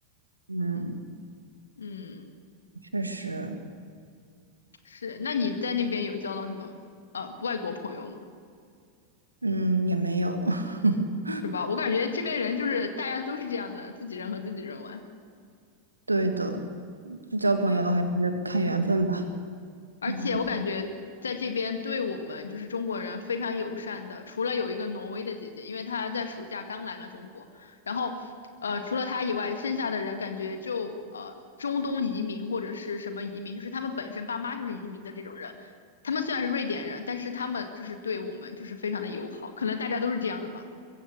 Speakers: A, on the right (about 80°); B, on the left (about 70°).
A: 嗯，
B: 嗯，
A: 确实，
B: 是。那你在那边有交到什么呃外国朋友吗？
A: 嗯，也没有。<laughs>
B: 是吧？我感觉这边人就是大家都是这样的，自己人和自己人玩。
A: 对的，就交朋友还是看缘分吧。
B: 而且我感觉在这边对我们就是中国人非常友善的，
A: 嗯，
B: 除了有一个挪威的姐姐，因为她在暑假刚来了中国，然后，呃，除了她以外，剩下的人感觉就呃中东移民或者是什么移民，就是他们本身爸妈就是移民的这种人，他们虽然是瑞典人，但是他们就是对我们就是非常的友好，可能大家都是这样的吧，